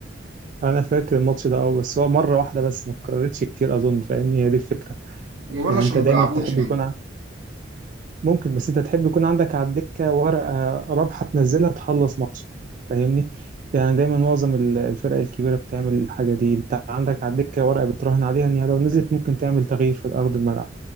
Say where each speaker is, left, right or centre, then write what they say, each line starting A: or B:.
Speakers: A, on the right; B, on the right.
A: انا فاكر الماتش ده اه بس هو مره واحده بس ما اتكررتش كتير اظن فاهمني هي دي الفكره
B: وبرضه
A: يعني
B: عشان
A: انت
B: ما
A: دايما
B: بيلعبوش
A: تحب
B: يعني
A: يكون ممكن بس انت تحب يكون عندك على الدكة ورقة رابحة تنزلها تخلص ماتش فاهمني يعني دايما معظم ال- الفرق الكبيرة بتعمل الحاجة دي انت عندك على الدكة ورقة بتراهن عليها ان هي لو نزلت ممكن تعمل تغيير في أرض الملعب